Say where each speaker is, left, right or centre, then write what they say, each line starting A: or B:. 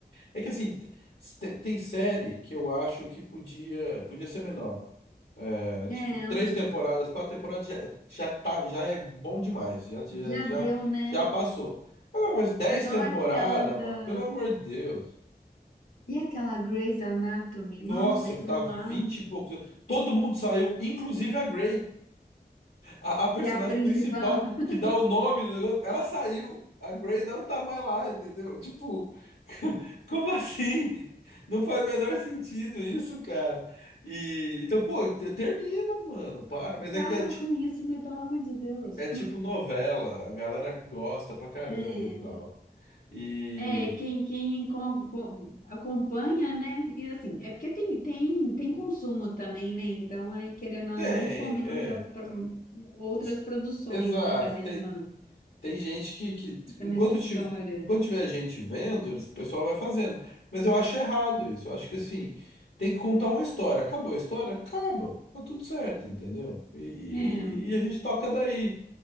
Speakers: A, on the left; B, on the left.
A: é que assim, te- tem, tem série que eu acho que podia, podia ser menor. É,
B: É,
A: tipo, três temporadas, quatro temporadas já, já tá, já é bom demais. Já, já,
B: já
A: já,
B: deu, né?
A: já passou. Agora, mas dez
B: Igual
A: temporadas,
B: aquela da...
A: mano, pelo amor de Deus.
B: E aquela Grey's Anatomy?
A: Nossa,
B: Nossa, aquilo
A: que tá
B: lá,
A: vinte e poucos. Todo mundo saiu, inclusive a Grey, a, a personagem
B: que é a principal.
A: principal
B: <laughs>
A: que dá o nome do negócio. Ela saiu. A Grey não tá mais lá, entendeu? Tipo, <laughs> como assim? Não faz o menor sentido isso, cara. E então, pô, te- termina, mano, para. Mas é
B: Acaba
A: que é. ti-
B: com isso, né? Pelo amor de Deus.
A: É tipo novela, a galera gosta pra caramba
B: É.
A: e tal. E
B: É, quem, quem com- com- acompanha, né? E assim, é porque tem, tem, tem consumo também, né? Então, aí, querendo ou
A: tem,
B: não, fomenta
A: é.
B: pro- outras
A: Ex-
B: produções,
A: Exato,
B: né? Da mesma,
A: tem, tem gente que, que
B: da
A: enquanto,
B: mesma história.
A: ti- enquanto tiver gente vendo, eles, o pessoal vai fazendo. Mas eu acho errado isso. Eu acho que assim, tem que contar uma história. Acabou a história? Acaba. Tá tudo certo, entendeu? E, e-
B: É,
A: e a gente toca daí.